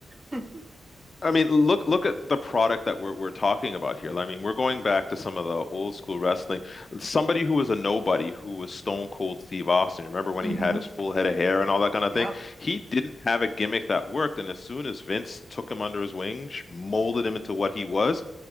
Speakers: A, on the right; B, on the left.
A: it. <laughs>
B: I mean, look look at the product that we're we're talking about here. I mean, we're going back to some of the old school wrestling. Somebody who was a nobody, who was Stone Cold Steve Austin. Remember when
A: hmm
B: he had his full head of hair and all that kind of
A: Yep.
B: thing? He didn't have a gimmick that worked, and as soon as Vince took him under his wing, sh- molded him into what he was,